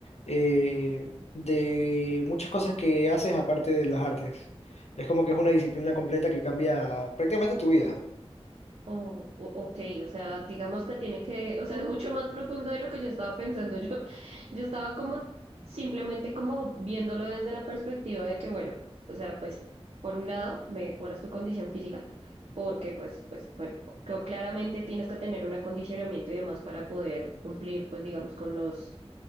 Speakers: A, on the left; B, on the right.
A: eh, de muchas cosas que haces aparte de las artes. Es como que es una disciplina completa que cambia prácticamente tu vida.
B: Oh, o- ok, o sea, digamos que tiene que, o sea, es mucho más profundo de lo que yo estaba pensando. <laughs> Yo, yo estaba como simplemente como viéndolo desde la perspectiva de que, bueno, o sea, pues por un lado mejoras tu condición física, porque pues, pues, bueno, creo claramente tienes que tener un acondicionamiento y demás para poder cumplir, pues, digamos, con los